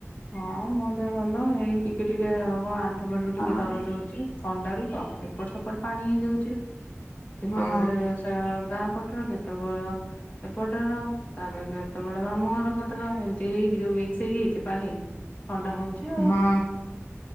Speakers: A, on the left; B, on the left.
A: ହଁ ମୋ ଦେହ ଭଲ। ଏଇ ଟିକେ ଟିକେ କଣ ଆଣ୍ଠୁ ଫାଣ୍ଠୁ
B: ହଁ
A: ଟିକେ ଦରଜ ହଉଛି। ଥଣ୍ଡାରୁ ତ ଏପଟ ସେପଟ ପାଣି ହେଇଯାଉଛି। କେତେବେଳେ
B: ହଁ
A: <unintelligible> ଗାଁ ପଟର କେତେବେଳ ଏପଟର ତାପରେ କେତେବେଳେ ମାମୁଁ ଘର ପଟର ଏମତି। ହେଇକି ଯୋଉ ମିକ୍ସ ହେଇଯାଇଛି ପାଣି ଥଣ୍ଡା ହଉଛି। ଛି ଆଉ
B: ହଁ